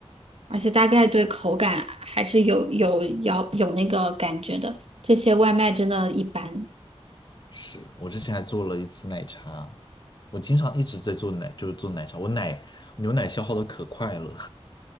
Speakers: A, on the right; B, on the left.
A: 而且大概对口感还是有有要有那个感觉的。这些外卖真的一般，
B: 是，我之前还做了一次奶茶，我经常一直在做奶，就是做奶茶，我奶牛奶消耗的可快了，